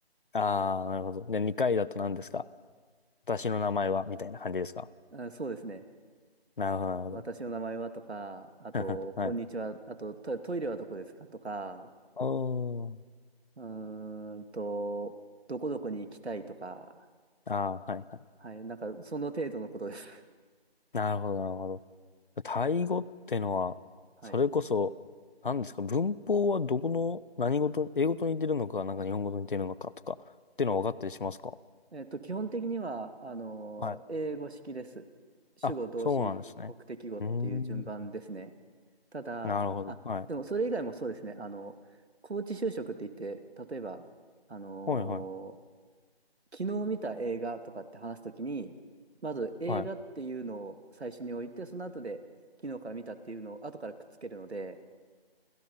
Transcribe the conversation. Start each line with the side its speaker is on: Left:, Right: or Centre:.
Left: ああ、なるほど。で、2回だと何ですか私の名前はみたいな感じですか
Right: あ、そうですね。
Left: なるほど、なるほど。
Right: 私の名前はとか、あと、
Left: <laughs>
Right: こんにちは、
Left: はい。
Right: あと、トトイレはどこですかとか、
Left: おー。
Right: うーんと、どこどこに行きたいとか、
Left: ああ、はい、はい。
Right: はい、なんか、その程度のことです。<laughs>
Left: なるほど、なるほど。タイ語ってのは、
Right: はい。
Left: それこそ、何ですか、文法はどこの何事英語と似てるのか、なんか日本語と似てるのかとか、っていうのは分かったりしますか
Right: えっと、基本的には、あの、
Left: はい。
Right: 英語式です。主語、
Left: あ、
Right: 動詞、
Left: そうなんですね。
Right: 目的語っていう順番ですね。
Left: うーん。
Right: ただ、
Left: なるほど。
Right: あ、
Left: はい。
Right: でもそれ以外もそうですね。あの、高知就職って言って、例えば、あの
Left: はいはい。
Right: 昨日見た映画とかって話すときに、まず映画っていうのを最初に置いて、
Left: はい。
Right: その後で昨日から見たっていうのを後からくっつけるので、